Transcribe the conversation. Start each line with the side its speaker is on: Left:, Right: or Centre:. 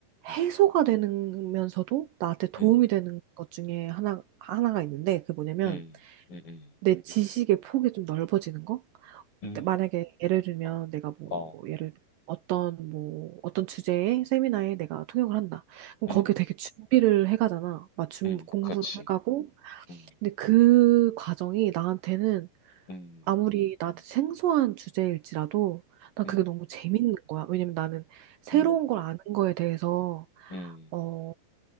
Left: 음.
Right: 해소가 되면서도 나한테 도움이
Left: 음.
Right: 되는 것 중에 하나, 하나가 있는데 그게 뭐냐면
Left: 음. 음 음.
Right: 내 지식의 폭이 좀 넓어지는 거?
Left: 음.
Right: 근데 만약에 예를
Left: 음, 음,
Right: 들면 내가 뭐
Left: 어.
Right: 예를 어떤 뭐 어떤 주제의 세미나에 내가 통역을 한다. 그럼
Left: 음.
Right: 거기에 되게 준비를 해가잖아. 막 준-
Left: 음.
Right: 공부를
Left: 그렇지.
Right: 해가고.
Left: 음.
Right: 근데 그 과정이 나한테는
Left: 음.
Right: 아무리 나한테 생소한 주제일지라도 난
Left: 음.
Right: 그게 너무 재밌는 거야. 왜냐면 나는 새로운
Left: 음.
Right: 걸 아는 거에 대해서
Left: 음.
Right: 어